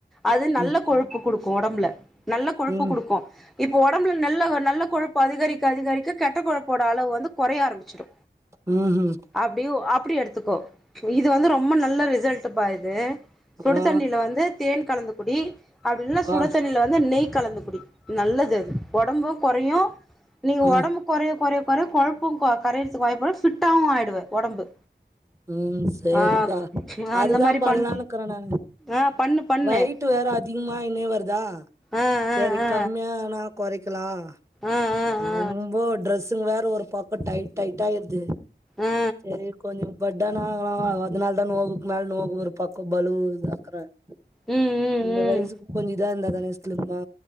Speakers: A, in the centre; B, on the right.
A: அது நல்ல
B: ம்
A: கொழுப்பு குடுக்கும் ஒடம்ல நல்ல கொழுப்பு
B: ம்
A: குடுக்கும் இப்போ ஒடம்புல நல்ல ஒ நல்ல கொழுப்பு அதிகரிக்க அதிகரிக்க கெட்ட கொழுப்போட அளவு வந்து கொறைய ஆரம்பிச்சிரு
B: ம் ம்
A: அப்டியு அப்டி எடுத்துக்கோ இது வந்து ரொம்ப நல்ல ரிசல்ட்டு்பா இது சுடு
B: ஆ
A: தண்ணில வந்து தேன் கலந்து குடி அப்டில்னா சுடு
B: ஆ
A: தண்ணில வந்து நெய் கலந்து குடி நல்லதது ஒடம்பும் கொறையும் நீங்க
B: ஆ
A: ஒடம்பு கொறய கொறய கொறய கொழப்பும் கொ கரையத்துக்கு வாய்ப்பு ஃபிட்டாவு ஆயிடுவா ஒடம்பு
B: ம் சேரிக்கா
A: ஆ
B: அதுதா
A: அந்த மாரி
B: பண்லானுக்கிற
A: பண்
B: நானு
A: ஆ பண்ணு பண்ணு
B: வய்ட்டு் வேற அதிகமாயினே வருதா
A: ஆ ஆ
B: சரி
A: ஆ
B: கம்மியானா கொறைக்லாம்
A: ஆ ஆ
B: ரொம்ப
A: ஆ
B: ட்ரெஸ்ஸுங்க வேற ஒரு பக்கம் டைட் டைட்டாய்ருது
A: ஆ
B: சரி கொஞ் <unintelligible> <unintelligible>
A: ம் ம்
B: இந்த வயசுக்கு
A: ம்
B: கொஞ்ச இதா இருந்தா தான சிலிம்மா